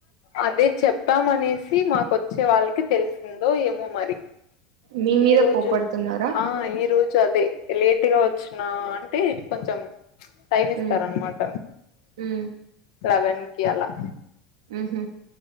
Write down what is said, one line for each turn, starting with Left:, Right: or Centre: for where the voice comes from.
Left: అదే చెప్పామనేసి మాకొచ్చే వాళ్ళకి తెలిసిందో ఏమో మరి
Right: మీ మీద
Left: ఈ రోజు
Right: కోపడుతున్నారా
Left: ఆ ఈ రోజు అదే లేట్గా వచ్చిన అంటే కొంచం టైమ్ ఇస్తార
Right: మ్మ్
Left: అనమాట
Right: మ్మ్
Left: లెవెన్ కి అలా
Right: మ్హు